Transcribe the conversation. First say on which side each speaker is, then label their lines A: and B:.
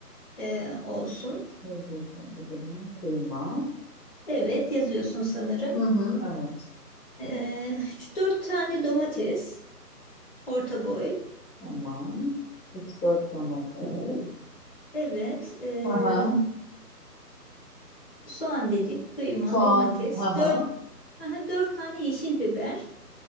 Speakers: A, on the left (about 35°); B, on the left (about 75°).
A: e, olsun.
B: Ne diyorsun? Bu da Kıyma.
A: Evet yazıyorsun sanırım.
B: Hı hı evet.
A: Ee, 4 tane domates orta boy.
B: Tamam. Üç dört domates.
A: Evet ee,
B: Hı hı.
A: soğan dedik kıyma
B: soğan,
A: domates.
B: haha,
A: Dört aha, 4 tane yeşil biber.